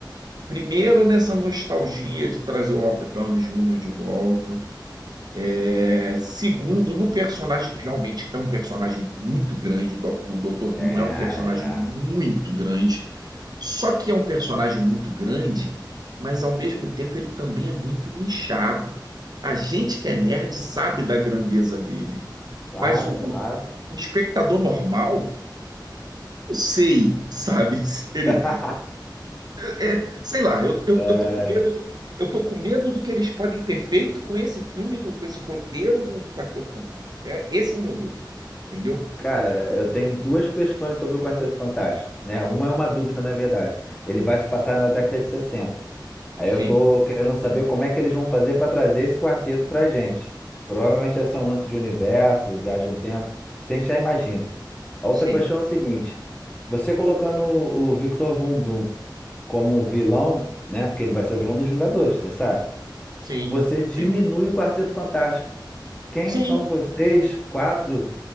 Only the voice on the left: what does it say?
É, é.
Claro,
claro.
<laughs>
É,
cara, eu tenho duas questões sobre o Quarteto Fantástico, né? Uma é uma dúvida, na verdade. Ele vai se passar na década de 60. Aí
eu tô querendo saber como é que eles vão fazer para trazer esse quarteto pra gente. Provavelmente deve ser um lance de universo, viagem no tempo, isso a gente já imagina. A outra
questão é o seguinte: você colocando o o Victor Von Doom como vilão, né? Porque ele vai ser o vilão dos Vingadores, você sabe?
Você diminui
o Quarteto Fantástico. Quem
são vocês, quatro,